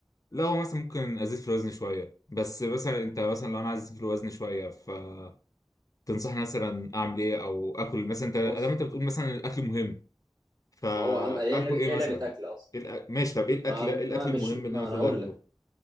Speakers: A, on the left; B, on the right.
A: لا هو مثلا ممكن ازيد في الوزن شويه بس مثلا انت مثلا لو انا عايز ازيد في الوزن شويه فتنصحني مثلا اعمل ايه او اكل مثلا انت ادام
B: بص
A: انت بتقول مثلا الاكل مهم فاكل
B: ما هو اهم هي لعبه
A: ايه
B: هي
A: مثلا
B: لعبه اكل اصلا
A: إيه الأ- ماشي طب ايه الاكل
B: ما
A: ايه الاكل
B: ما مش
A: المهم
B: ما
A: اللي انا المفروض
B: انا هقول
A: اكله
B: لك